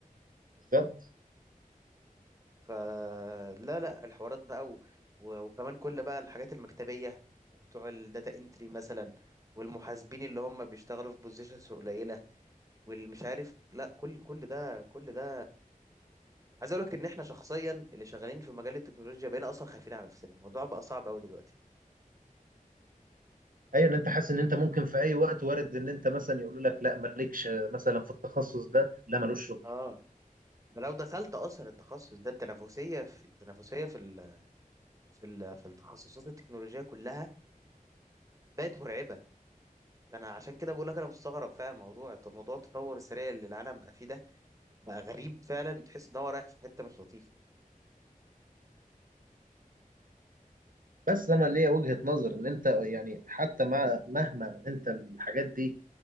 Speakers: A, on the right (about 70°); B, on the right (about 20°).
A: بالظبط
B: فلا لا الحوارات بقى و... و- وكمان كل بقى الحاجات المكتبية وبتوع الداتا انتري مثلا والمحاسبين اللي هم بيشتغلوا في بوزيشنز قليلة واللي مش عارف لا كل كل ده كل ده عايز اقول لك ان احنا شخصيا اللي شغالين في مجال التكنولوجيا بقينا اصلا خايفين على نفسنا الموضوع بقى صعب قوي دلوقتي
A: ايوه ان انت حاسس ان انت ممكن في اي وقت وارد ان انت مثلا يقولوا لك لا مالكش مثلا في التخصص ده لا ملوش شغل
B: اه ده لو دخلت اصلا التخصص ده التنافسيه في التنافسيه في ال... في ال... في التخصصات التكنولوجيه كلها بقت مرعبه انا عشان كده بقول لك انا مستغرب فعلا الموضوع طب موضوع التطور السريع اللي العالم بقى فيه ده بقى غريب فعلا تحس ان هو رايح في حته مش لطيفه
A: بس انا ليا وجهة نظر ان انت يعني حتى مع مهما انت الحاجات دي